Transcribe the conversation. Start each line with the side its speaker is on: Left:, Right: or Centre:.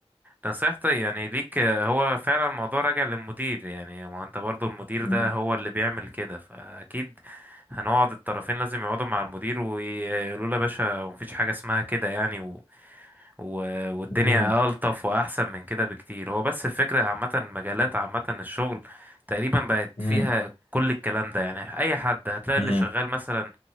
Right: نصيحتي يعني ليك آه، هو فعلا الموضوع راجع للمدير يعني ما هو انت برضو المدير
Left: مم.
Right: ده هو اللي بيعمل كده فاكيد هنقعد الطرفين لازم يقعدوا مع المدير ويقولوا له يا باشا مفيش حاجة اسمها كده يعني و- والدنيا
Left: مم.
Right: ألطف وأحسن من كده بكتير هو بس الفكرة عامة مجالات عامة الشغل تقريبا بقت
Left: مم.
Right: فيها كل الكلام ده يعني أي حد هتلاقي
Left: مم.
Right: اللي شغال مثلا